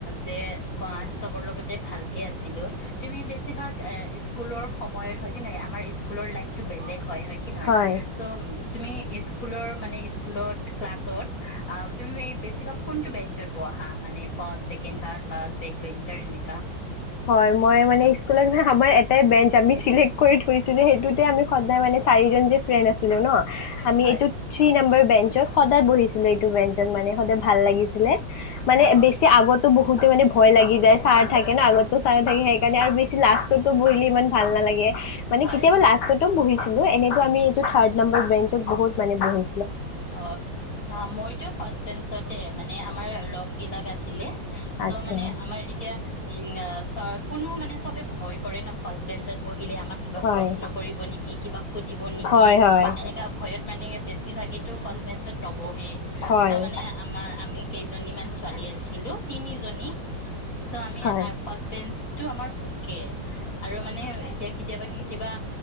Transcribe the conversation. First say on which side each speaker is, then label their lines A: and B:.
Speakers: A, on the left; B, on the left.
A: যে, অ, চবৰ লগতে ভালকে আছিলো তুমি বেছিভাগ এ, স্কুলৰ সময়ত হয় কি নহয় আমাৰ স্কুলৰ লাইফতটো বেলেগ হয়। কি নহয়
B: হয়
A: চ', তুমি স্কুলৰ মানে স্কুলত ক্লাছত তুমি বেছিভাগ কোনটো বেঞ্চত বহা মানে ফাৰ্ষ্ট, ছেকেণ্ড, থাৰ্ড
B: হয়, মই মানে স্কুলত যা আমাৰ এটাই বেঞ্চ আমি চিলেক্ট কৰি থৈছো যে, সেইটোতে আমি সদায় মানে চাৰিজন যে ফ্ৰেণ্ড আছিলো ন, ' আমি
A: হয়
B: এইটো থ্ৰী নম্বৰ, বেঞ্চত সদায় বহিছিলো, এইটো বেঞ্চত মানে সদায় ভাল লাগিছিলে। মানে
A: অ
B: বেছি আগতো বহুত, বহুতে মানে ভয় লাগি যায় চাৰ থাকে না আগত ত', চাৰ থাকে সেইকাৰণে আৰু বেছ, লাষ্টততো বহিলে ইমান ভাল নালাগে, মানে
A: হয়
B: কেতিয়াবা লাষ্টতো বহিছো হো এনেতো আমি, টো, থাৰ্ড নাম্বাৰ বেঞ্চত বহুত মানে বহি,
A: অ ', -অ, 'মইতো ফাষ্ট বেঞ্চতে মানে আমাৰ লগ বিলাক আছে। চিলে চ
B: আচ্ছা
A: ', মানে আমাৰ এতিয়া উম', আ, ছা কোনো মানে চবে ভয় কৰে না পাঁচ দিন, চৈ বহিলে আমাক কিবা
B: হয়
A: প্ৰশ্ন কৰিব নেকি কিবা সুধিব নেকি
B: হয় হয়
A: এনেকা ভয়ত মানে বেছি ভাগে, <unintelligible> বহে
B: হয়
A: ত', মানে আমাৰ আমি, কেইজনীমান ছোৱালী আছিলো তিনিজনী চ' আমি
B: হয়
A: আ ফাৰ্ষ্ট বেঞ্চ টো আমাৰ বুকে আৰু মানে এতিয়া কেতিয়াবা কেতিয়াবা